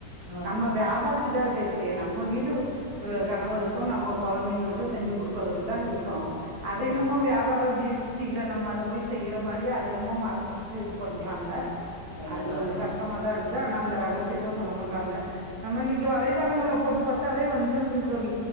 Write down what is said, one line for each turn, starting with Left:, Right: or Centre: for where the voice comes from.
Left: ஆ,
Right: நம்ம வியாபாரத்துக்காக கே்கலயே நா ம்ம வீடு அ..
Left: வீட்டுக்கு
Right: கனவு இருக்கும் நம்ம கொழந்தைங்களுக்கு செஞ்சு கொடுக்குறது தாங்க க்கனும் அது
Left: கண்டிப்பாக
Right: என்னமோ வியாபாரோ டில நம்ம அத போய் செய்யற மாரி அத என்னமொ மறச்சி இது பண்றாங்க
Left: கண்டிப்பாக
Right: அது கொஞ்சம்
Left: தோழி
Right: கஷ்டமா தான் இருக்குது ஆனா அந்த ரகசியத்த சொல்ல மாட்டாங்க நம்ம இன்னிக்கி வலைதளங்கள்ள போட்டு பாத்தாவே வந் <unintelligible> தோழி